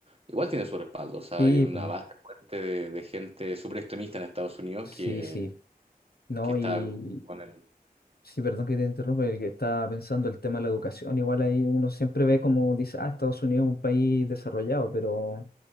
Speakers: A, on the right (about 40°); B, on the left (about 80°).
A: igual tiene su respaldo, o sea,
B: sí,
A: hay una
B: pues,
A: base fuerte de, de gente súper extremista en Estados Unidos
B: sí,
A: que,
B: sí. No,
A: que está...
B: y,
A: con
B: Sí, perdón que te interrumpa, que estaba pensando el tema de la educación. Igual ahí uno siempre ve como dice, ah, Estados Unidos es un país desarrollado, pero,